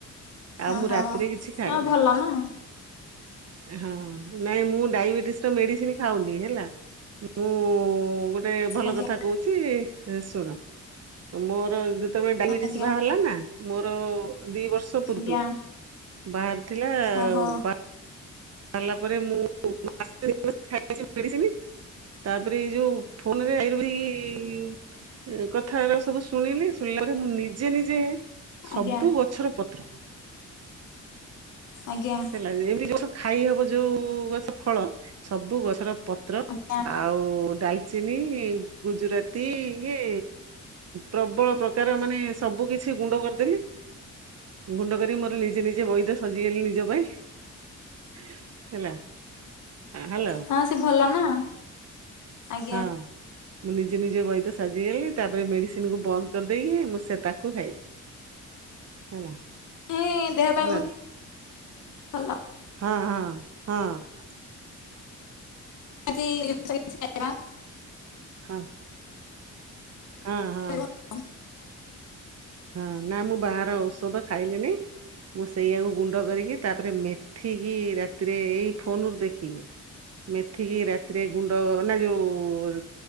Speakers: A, on the right (about 55°); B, on the left (about 80°).
A: ଆଉ
B: ଓହୋ।
A: ମୁଁ ରାତିରେ କିଛି ଖାଏନା।
B: ହଁ ଭଲ ନା
A: ହଁ ନାଇଁ ମୁଁ ଡାଇବେଟିସ ର ମେଡିସିନ ଖାଉନି ହେଲା। ମୁଁ ଗୋଟେ ଭଲ
B: ଆଜ୍ଞା
A: କଥା କହୁଛି ଶୁଣ। ମୋର ଯେତେବେଳେ ଡାଇବେଟିସ
B: ଆଜ୍ଞା
A: ବାହାରିଲା ନା ମୋର ଦି ବର୍ଷ ବର୍ଷ ପୂର୍ବରୁ
B: ଆଜ୍ଞା
A: ବାହାରି ଥିଲା ଆ
B: ଓହୋ
A: ସାରିଲା ପରେ ମୁଁ ମାସେ ଦିମାସେ ଖାଇଦେଇଚି ମେଡିସିନ ତାପରେ ଏଇ ଯୋଉ ଫୋନରେ ଆୟୁର୍ବେଦିକ କଥା ଗୁରା ସବୁ ଶୁଣିଲି ଶୁଣିଲା ପରେ ମୁଁ ନିଜେ ନିଜେ ସବୁ
B: ଆଜ୍ଞା
A: ଗଛର ପତ୍ର
B: ଆଜ୍ଞା।
A: ଲାଗେ ଏମିତି ଜଷ୍ଟ ଗଛ ଖାଇ ହବ ଯୋଉ ଗଛ ଫଳ ସବୁ ଗଛର ପତ୍ର
B: ଆଜ୍ଞା
A: ଆ ଆଉ ଡାଲଚିନି, ଗୁଜୁରାତି ଇଏ ପ୍ରବଳ ପ୍ରକାର ମାନେ ସବୁ କିଛି ଗୁଣ୍ଡ କରିଦେଲି। ଗୁଣ୍ଡ କରିକି ମୋର ନିଜେ ନିଜେ ବୈଦ ସାଜିଗଲି ନିଜ ହେଲା। ହ୍ୟାଲୋ
B: ହଁ ସେ ଭଲ ନା ଆଜ୍ଞା।
A: ହଁ ମୁଁ ନିଜେ ନିଜେ ବୈଦ ସାଜିଗଲି। ତାପରେ ମେଡିସିନକୁ ବନ୍ଦ କରିଦେଇକି ମୁଁ ସେ ତାକୁ ଖାଇଲି। ହେଲା।
B: ନାଇଁ ଦେହ ପାଇଁବହୁତ
A: ହ୍ୟାଲୋ
B: ଭଲ।
A: ହଁ-ହଁ-ହଁ।
B: <inaudible>
A: ହଁ। ହଁ ହଁ।
B: ଭଲ
A: ହଁ ନା ମୁଁ ବାହାର ଔଷଧ ଖାଇଲିନି। ମୁଁ ସେଇଆକୁ ଗୁଣ୍ଡ କରିକି ତାପରେ ମେଥିକି ରାତିରେ ଏଇ ଫୋନ ରୁ ଦେଖିକି ମେଥିକି ରାତିରେ ଗୁଣ୍ଡ ନା ଯୋଉ